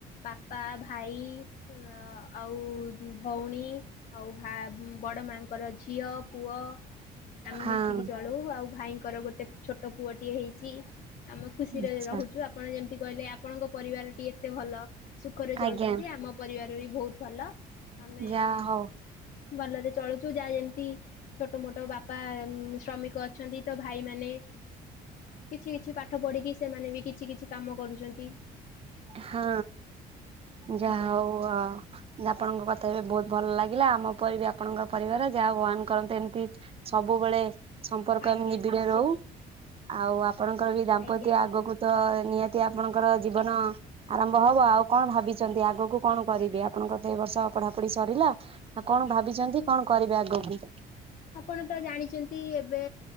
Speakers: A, on the left; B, on the right.
A: ବାପା, ଭାଇ ଅ- ଆଉ ଭଉଣୀ ଆଉ ଭା- ବଡମା ଙ୍କର ଝିଅ ପୁଅ ଆମେ
B: ହଁ
A: ମିଶିକି ଚଳୁ ଆଉ ଭାଇଙ୍କର ଗୋଟେ ଛୋଟ ପୁଅଟିଏ ହେଇଚି। ଆମେ ଖୁସିରେ
B: ଆଚ୍ଛା।
A: ରହୁଚୁ ଆପଣ ଯେମିତି କହିଲେ ଆପଣଙ୍କ ପରିବାରଟି ଏତେ ଭଲ। ସୁଖରେ
B: ଆଜ୍ଞା
A: ଚଳୁଚନ୍ତି ଆମ ପରିବାର ବି ବହୁତ୍ ଭଲ ଆମେ
B: ଯାହା ହଉ
A: ଭଲରେ ଚଳୁଚୁ ଯାହା ଯେମିତି ଛୋଟ ମୋଟ ବାପା ଶ୍ରମିକ ଅଛନ୍ତି ତ ଭାଇ ମାନେ କିଛି କିଛି ପାଠ ପଢିକି ସେମାନେ ବି କିଛି କିଛି କାମ କରୁଚନ୍ତି।
B: ହଁ ଯାହା
A: ଆଜ୍ଞା।
B: ହଉ ଆ ଆପଣଙ୍କ କଥା ଏବେ ବହୁତ୍ ଭଲ ଲାଗିଲା ଆମ ପରି ଆପଣଙ୍କ ପରିବାର ଯାହା ହଉ ଭଗବାନ୍ କରନ୍ତେ ଏମିତି ସବୁବେଳେ ସମ୍ପର୍କ
A: ଆଜ୍ଞା
B: ଏମିତି ନିବିଡ
A: ନିଶ୍ଚିନ୍ତ
B: ରହୁ ଆଉ ଆପଣଙ୍କର ବି ଦାମ୍ପତ୍ୟ
A: ଆଜ୍ଞା
B: ଆଗକୁ ତ ନିହାତି ଆପଣଙ୍କର ଜୀବନ ଆରମ୍ଭ ହବ ଆଉ
A: ଆଜ୍ଞା
B: କଣ ଭାବିଚନ୍ତି ଆଗକୁ କଣ କରିବି
A: ଆଜ୍ଞା
B: ଆପଣଙ୍କ ତ ଏ ବର୍ଷ ପଢାପଢି ସରିଲା। ଆଉ କଣ
A: ଆଜ୍ଞା।
B: ଭାବିଚନ୍ତି କଣ କରିବେ ଆଗକୁ?
A: ଆପଣ ତ ଜାଣିଚନ୍ତି ଏବେ